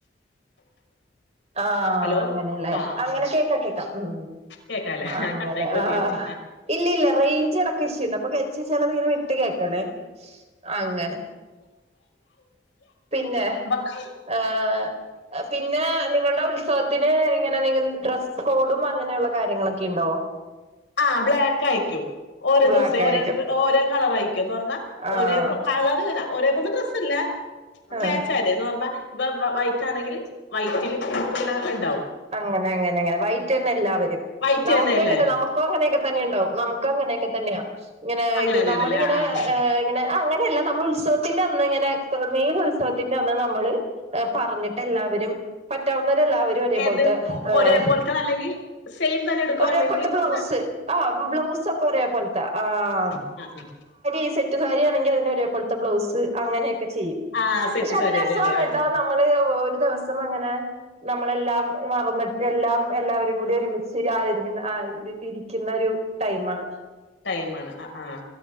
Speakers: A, on the right; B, on the left.
A: ആഹ്
B: ഹലോ
A: അങ്ങനെയെല്ലേ
B: ആ ആ ആ
A: അങ്ങനെ ഷൈക്കാക്കി വെക്കാ ഉം
B: കേക്കാല്ലേ
A: അങ്ങനെ
B: ആ കട്ടായി പോയെന്ന്
A: ആഹ്
B: വിചാരിച്ച്
A: ഇല്ല ഇല്ല റേഞ്ച് ഇടക്ക് ഇഷൂണ്ട് അപ്പൊ കെെച്ച് ചെലത് ഇങ്ങനെ വിട്ട് കേക്കണേ അങ്ങനെ പിന്നെ
B: ആ
A: ഹ് പിന്നെ നി നിങ്ങൾടെ ഉത്സവത്തിന് ഇങ്ങനെ എന്തെങ്കിലും ഡ്രസ്സ് കോഡും അങ്ങനെയുള്ള കാര്യങ്ങളെക്കെ ഇണ്ടോ
B: ആഹ് ബ്ലാക്ക് ആയിക്കും ഓരോ
A: ബ്ലാക്ക്
B: ദിവസേ ഓരോ
A: ആയിരിക്കും.
B: ഡ്ര ഓരോ കളറായിക്കും സ്വർണ
A: ആഹ്
B: ഒരെ പോൽ ത്തെ കളറ് ഇങ്ങനെ ഒരെ പോൽത്തെ ഡ്രസ്സെല്ല
A: ആഹ്
B: മാച്ച് ആയതേ എന്ന് പർണാ ഇപ്പം വ വൈറ്റാണെങ്കില് വൈറ്റില് ഉടുപ്പ് ഇങ്ങണെ ഇണ്ടാവും
A: അങ്ങനെ അങ്ങനെ അങ്ങനെ വൈറ്റെന്നെ എല്ലാവരും
B: വൈറ്റ്
A: നമുക്കേ
B: തന്നെ എല്ലാരും
A: എങ്ങനെ നമുക്കോ അങ്ങനെയക്കെ തന്നെയുണ്ടാവും നമുക്ക് അങ്ങനെയെക്കെ തന്നെയാ ഇങ്ങനെ
B: അങ്ങനെ
A: ഇത്
B: തന്നെയാണല്ലേ
A: നമ്മളിങ്ങനെ
B: ആ ആ
A: ഏ ഇങ്ങനെ ആ അങ്ങൻ ഇതെല്ല നമ്മള് ഉത്സവത്തിന്റെ അന്ന് ഇങ്ങനെ പ് മെയിൻ ഉത്സവത്തിന്റെ അന്ന് നമ്മള് ഹ് പറഞ്ഞിട്ട് എല്ലാവരും പറ്റാവുന്നവര് എല്ലാവരും ഒരേപോൽ
B: ഏത്
A: ഹ് ആഹ്
B: ഒരേപോലത്തെ അല്ലെങ്കിൽ സെയിം തന്നെ എടുക്കോ
A: ഒരേ
B: അല്ലെങ്കിൽ
A: പോൽത്തെ
B: ഇങ്ങനെ
A: ബ്ലൗസ് ആഹ് ബ്ലൗസ് ഒക്കെ ഒരെപോൽത്തെ ട്ട ആഹ്
B: ആഹ് ആഹ്
A: ഈ സെറ്റ് സാരിയാണെങ്കെ അതിന് ഒരേ പോൽത്തെ ബ്ലൗസ് അങ്ങനെയെക്കെ ചിയ്യും
B: ആ സെറ്റ്
A: പക്ഷെ അത്
B: സാരിയല്ലേ
A: ഒരു രസ്വാണ്
B: ആ
A: ട്ടോ
B: ആ
A: നമ്മ നമ്മള് ഒ ഒരു ദിവസം അങ്ങനെ നമ്മളെല്ലാം മറന്ന്ട്ട് എല്ലാം എല്ലാവരിം കൂടി ഒരുമിച്ച് ആദരിക്ക്ന്ന ആഹ് ഇത് ഇരിക്ക്ന്ന ഒരു ടൈമാണ്
B: ടൈമാണ് ആഹ് ആഹ്